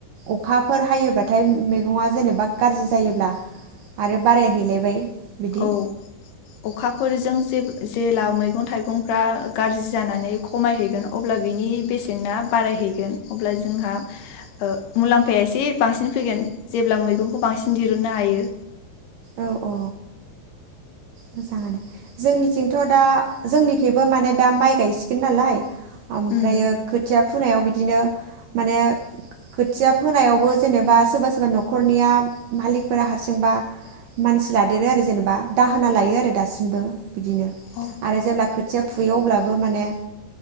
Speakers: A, on the right (about 75°); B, on the left (about 75°).
A: अखाफोर हायोबाथाय मैगङा जेनेबा गाज्रि जायोब्ला आरो बारायहैलायबाय बिदि
B: औ अखाफोरजों जे‌ जेला मैगं थाइगंफ्रा गाज्रि जानानै खमायहैगोन अब्ला बिनि बेसेना बारायहैगोन अब्ला जोंहा ओ मुलाम्फा उफाया एसे बांसिन फैगोन जेब्ला मैगंखौ बांसिन दिरूननो हायो
A: औ औ मोजाङानो जोंनिथिंथ' दा जोंनिथिंबो माने दा माइ गायसिगोन नालाय ओमफ्रायो
B: उम
A: खोथिया फु फोनायाव बिदिनो माने खोथिया फोनायावबो जेनेबा सोरबा सोरबा न'खरनिया मालिकफोरा हारसिंबा मानसि लादेरो आरो जेनेबा दाहोना लायो आरो दासिमबो बिदिनो
B: अ
A: आरो जेब्ला खोथिया फुयो अब्लाबो माने